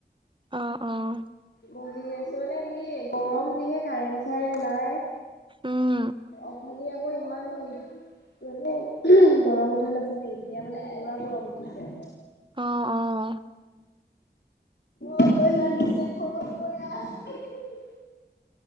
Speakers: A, on the right; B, on the left.
A: অঁ অঁ
B: বহি আছো মানে সি গৰম যিহে কাৰেণ্ট চাৰেণ্ট নাই।
A: উম
B: অথনিয়ে মোৰ ইমান মানে গৰম উঠা নাছিলে এতিয়া মানে পোৰা গৰম উঠিছে।
A: অঁ অঁ।
B: অ বৈ লাগিছে খৰকৈ আহ <inaudible>